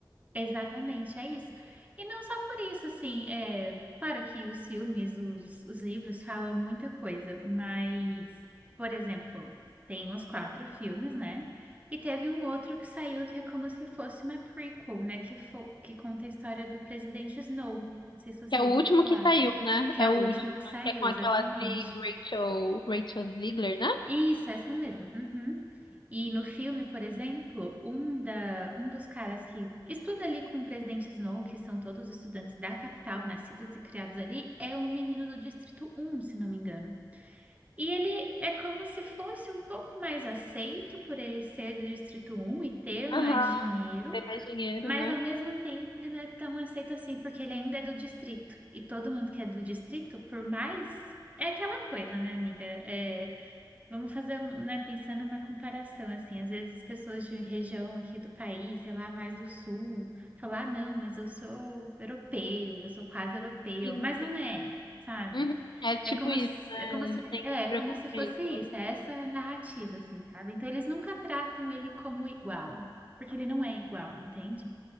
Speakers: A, on the right (about 20°); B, on the left (about 70°).
A: Exatamente, é isso. E não só por isso, assim, é, claro que os filmes, os, os livros falam muita coisa, mas, por exemplo, tem os quatro filmes, né? E teve um outro que saiu que é como se fosse uma prequel, né? Que, fo que conta a história do presidente Snow. Não sei se você
B: que é
A: ouviu
B: o último
A: falar,
B: que saiu, né?
A: que
B: É
A: é o
B: o último,
A: último que saiu,
B: né? que é com
A: exatamente.
B: aquela atriz Rachel, Rachel Ziegler, né?
A: Isso, essa mesmo. Uhum. E no filme, por exemplo, um, da, um dos caras que estuda ali com o presidente Snow, que são todos estudantes da capital, nascidos e criados ali, é um menino do Distrito Um se não me engano. E ele é como se fosse um pouco mais aceito por ele ser do Distrito Um e ter mais
B: Aham.
A: dinheiro,
B: Tem mais dinheiro,
A: mas
B: né?
A: ao mesmo tempo ele não é tão aceito assim, porque ele ainda é do distrito. E todo mundo que é do distrito, por mais. É aquela coisa, né, amiga? É, Vamos fazer, né, pensando uma comparação, assim, às vezes as pessoas de região aqui do país, sei lá, mais do sul, falam, ah, não, mas eu sou europeu, eu sou quase europeu,
B: Sim,
A: mas não
B: sim.
A: é, sabe?
B: Uhum. É tipo
A: É como
B: isso,
A: se,
B: né?
A: é como se,
B: Tem
A: é
B: esse
A: é como
B: preconceito.
A: se fosse isso, é essa narrativa, assim, sabe? Então eles nunca tratam ele como igual, porque ele não é igual, entende?